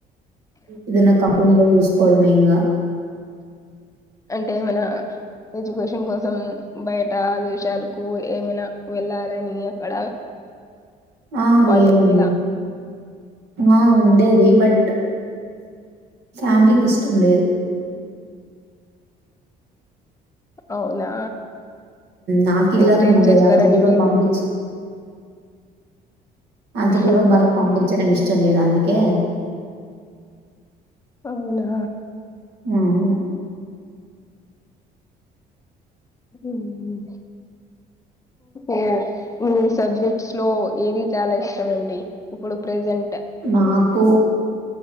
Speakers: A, on the right; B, on the left.
A: ఇదిన్న కంపెనీలో చుస్కోడమేంగా
B: అంటే మన ఎడ్యుకేషన్ కోసం బయట దేశాలకు ఏమైనా వెళ్ళాలని అక్కడ
A: ఆ
B: కాలింగ్
A: లేదండి
B: ఇలా
A: ఆ అదేది బట్ ఫ్యామిలీకి ఇష్టం లేదు
B: అవునా
A: నాకు
B: నెక్స్ట్
A: ఇలానే
B: ఏం
A: ఉండేది
B: చేస్తారండి
A: అంత దూరం
B: మీరు
A: పంపించ అంత దూరం
B: అవునా
A: వాళ్ళకు పంపించడం ఇష్టం లేదు అందుకే
B: అవునా
A: అవును
B: ఉమ్ ఇ మీ సబ్జెక్ట్స్ లో ఏది చాలా ఇష్టం అండి ఇప్పుడు ప్రెజెంట్
A: నాకు